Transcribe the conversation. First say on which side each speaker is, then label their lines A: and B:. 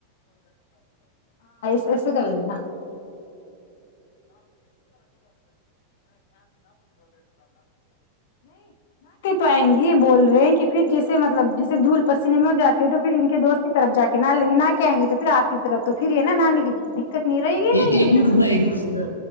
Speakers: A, on the left; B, on the left.
A: ایسے کر لینا تو آئیں گی بول رہے ہیںھر جیسے مطلب جیے دھول پسینے میں ہو جاتے ہے تو پھر ان کے دوست کی طرفا کے نہ لیں گے نہ کے آئیں گے تو پھر آپ کی طرف تو پھر یہ نا نانے کی کتنی رہے گی
B: یہ
A: نا ان
B: ایک
A: کے
B: منٹ رکنا ایک منٹ رکنا